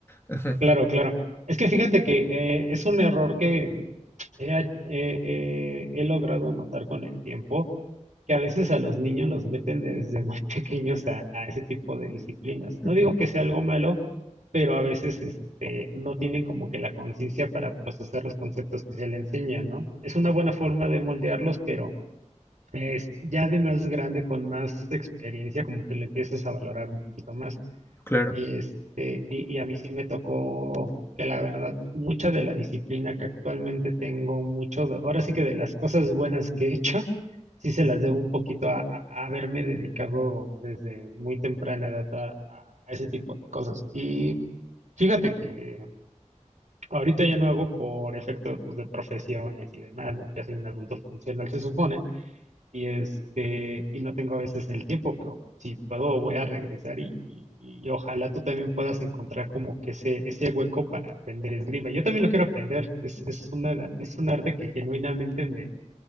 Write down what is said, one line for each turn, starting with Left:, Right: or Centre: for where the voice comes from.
Left: <laughs>
Right: Claro, claro. Es que fíjate que eh, es un error que he, ha- eh, eh, he logrado notar con el tiempo que a veces a los niños los meten desde muy <laughs> pequeños a, a ese tipo de disciplinas. No
Left: Ujú,
Right: digo que sea algo malo, pero a veces este, no tienen como que la conciencia para procesar los conceptos que se le enseña, ¿no? Es una buena forma de moldearlos, pero es ya de más grande, con más experiencia, como que lo empiezas a valorar un poquito más.
Left: Claro.
Right: Y, este, y y a mí sí me tocó que la verdad, mucha de la disciplina que actualmente tengo, mucho, de- ahora sí que de las cosas buenas que he hecho, sí se las debo un poquito a, a- a haberme dedicado desde muy temprana edad a, a- a ese tipo de cosas. Y fíjate que ahorita ya no hago por efecto, pues, de profesiones y demás, ¿no? Ya soy un adulto funcional, se supone y este, y no tengo a veces el tiempo, pero si puedo voy a regresar y, y- y ojalá tú también puedas encontrar como que ese, ese hueco para aprender esgrima. Yo también lo quiero aprender, es, es una, es un arte que genuinamente me,